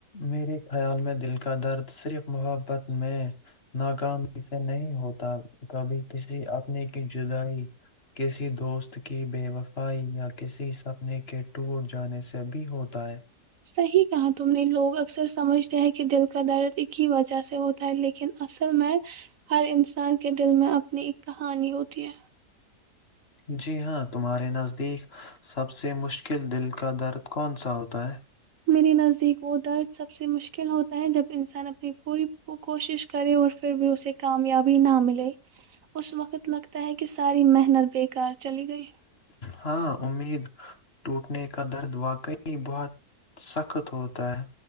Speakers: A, on the left (about 40°); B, on the right (about 65°).
A: میرے خیال میں دل کا درد صرف محبت میں ناکامی سے نہیں ہوتا کبھی کسی اپنے کی جدائی کسی دوست کی بے وفائی یا کسی سپنے کے ٹور جانے سے بھی ہوتا ہے
B: صحیح کہا تم نے لوگ اکثر سمجھتے ہیں کہ دل کا درد ایک ہی وجہ سے ہوتا لیکن اصل میں ہر انسان کے دل میں اپنی ایک کہانی ہوتی ہے
A: جی ہاں تمہارے نزدیک سب سے مشکل دل کا درد کون سا ہوتا ہے
B: میرے نزدیک وہ درد سب سے مشکل ہوتا ہے جب انسان اپنی پوری کوشش کرے اور پھر بھی اسے کامیابی نہ ملے اس وقت لگتا ہے کہ ساری محنت بیکار چلی گئی
A: ہاں امید ٹوٹنے کا درد واقعی بہت سخت ہوتا ہے